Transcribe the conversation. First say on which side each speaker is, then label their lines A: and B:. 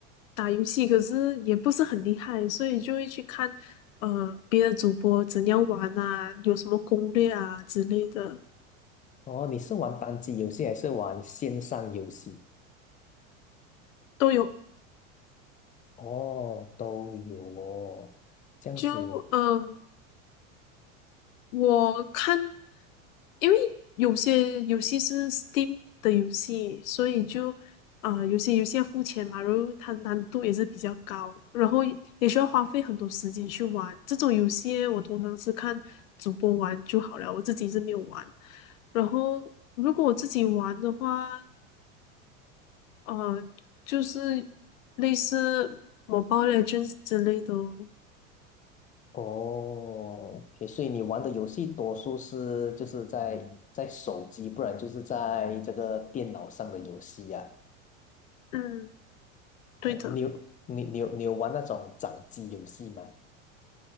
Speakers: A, on the left (about 85°); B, on the left (about 20°).
A: 打游戏，可是也不是很厉害，所以就会去看呃别的主播怎样玩啊，有什么攻略啊之类的
B: 哦，你是玩单机游戏还是玩线上游戏？
A: 都有。
B: 哦，都有哦，这样子
A: 就嗯、呃我看，因为有些游戏是 Steam 的游戏，所以就啊、呃有些游戏要付钱嘛，然后它难度也是比较高，然后也也需要花费很多时间去玩。这种游戏我通常是看主播玩就好了，我自己是没有玩。然后如果我自己玩的话，呃，就是类似《Mobile Legends》之类的哦
B: 哦，OK，所以你玩的游戏多数是就是在在手机，不然就是在这个电脑上的游戏呀、
A: 嗯，对的，
B: 哦，你有你你有你有玩那种掌机游戏吗？